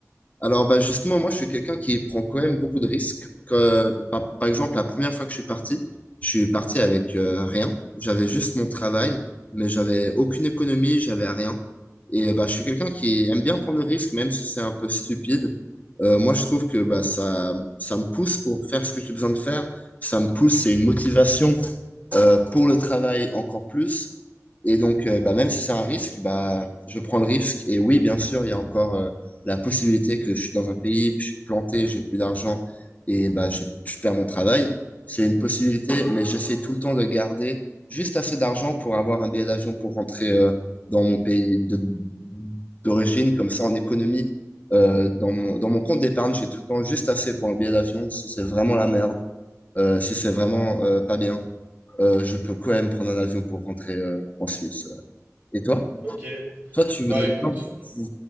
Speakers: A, on the left (about 30°); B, on the right (about 40°).
A: Alors bah justement, moi je suis quelqu'un qui prend quand même beaucoup de risques. Que, par, par exemple, la première fois que je suis parti, je suis parti avec euh, rien. J'avais juste mon travail, mais j'avais aucune économie, j'avais rien. Et bah je suis quelqu'un qui aime bien prendre des risques, même si c'est un peu stupide. Euh, moi je trouve que bah ça ça me pousse pour faire ce que j'ai besoin de faire. Ça me pousse, c'est une motivation euh, pour le travail encore plus. Et donc, euh, bah, même si c'est un risque, bah, je prends le risque. Et oui, bien sûr, il y a encore euh, la possibilité que je suis dans un pays, puis je suis planté, j'ai plus d'argent et bah, j'ai- je perds mon travail. C'est une possibilité, mais j'essaie tout le temps de garder juste assez d'argent pour avoir un billet d'avion pour rentrer euh, dans mon pays de- d'origine. Comme ça, en économie, euh, dans mon, dans mon compte d'épargne, j'ai tout le temps juste assez pour un billet d'avion si c'est vraiment la merde, euh, si c'est vraiment euh, pas bien euh, je peux quand même prendre un avion pour rentrer euh, en Suisse. ouais. Et toi?
B: Ok.
A: Toi, tu voudrais
B: Bah écoute,
A: bien v- v-